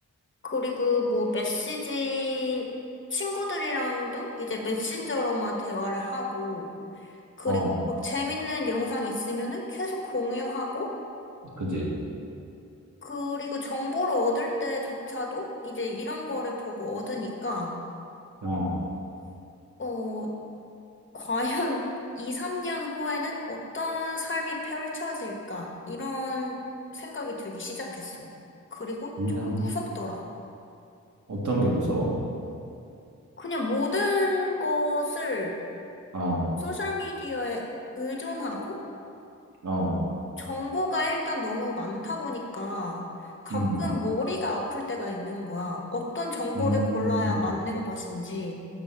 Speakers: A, on the left (about 40°); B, on the right (about 75°).
A: 그리고 뭐 메시지, 친구들이랑도 이제 메신저로만 대화를 하고, 그리고
B: 어,
A: 막 재밌는 영상 있으면은 계속 공유하고,
B: 그지.
A: 그리고 정보를 얻을 때조차도 이제 이런 거를 보고 얻으니까,
B: 어,
A: 어, 과연 2, 3년 후에는 어떤 삶이 펼쳐질까? 이런 생각이 들기 시작했어. 그리고
B: 인상,
A: 조금 무섭더라.
B: 어떤 게 무서워?
A: 그냥 모든 것을
B: 어,
A: 소셜미디어에 의존하고
B: 어.
A: 정보가 일단 너무 많다 보니까 가끔
B: 음,
A: 머리가 아플 때가 있는 거야. 어떤 정보를
B: 음,
A: 골라야 맞는 것인지.